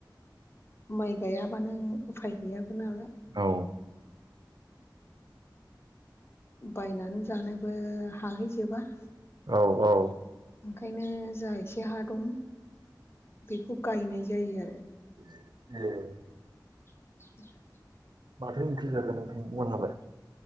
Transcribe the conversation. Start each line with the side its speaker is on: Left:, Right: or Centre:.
Left: माइ गायाबानो उफाय गैयाबो नालाय।
Right: औ।
Left: बायनानै जानोबो हाहैजोबा।
Right: औ औ।
Left: ओंखायनो जा एसे हा दं बेखौ गायनाय जायो आरो।
Right: <inaudible>
Left: <unintelligible>
Right: माथो ओंख्रि जागोन नोंथां मोनालाय?